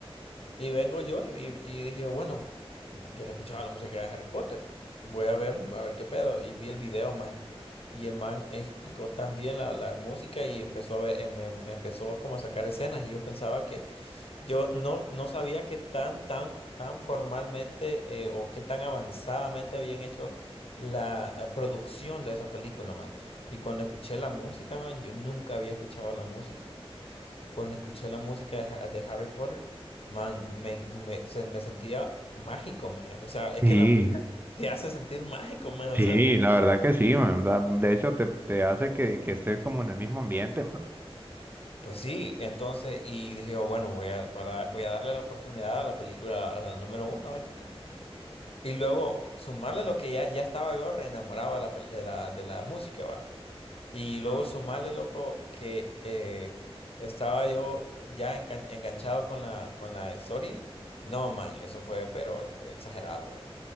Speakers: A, on the left (about 65°); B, on the right (about 20°).
A: Y vengo yo y, y- y dije, bueno, yo no escuchaba la música de Harry Potter. Voy a ver, a ver qué pedo. Y vi el video, maje. Y el man explicó también la, la música y empezó a ver, em- em- empezó como a sacar escenas. Y yo pensaba que, yo no, no sabía qué tan, tan, tan formalmente eh, o qué tan avanzadamente habían hecho la eh, producción de esa película, man. Y cuando escuché la música, man, yo nunca había escuchado la música. Cuando escuché la música de, Ha- de Harry Potter, man, me, me- se- me sentía mágico, mae. O sea, es
B: Sí,
A: que la- te hace sentir mágico, mae. O
B: sí,
A: sea,
B: la verdad que sí, man. Da- De hecho, te, te hace que, que estés como en el mismo ambiente, man.
A: pues sí, entonces, y dije, "Oh, bueno, voy a, para- voy a darle la oportunidad a la película, a la número uno, a ver qué tal. Y luego sumarle lo que ya, ya estaba yo re enamorado de la, pel- de la, de la música, va. Y luego sumarle, loco, que eh, estaba yo ya engan- enganchado con la, con la historia. No, man, eso fue, pero exagerado.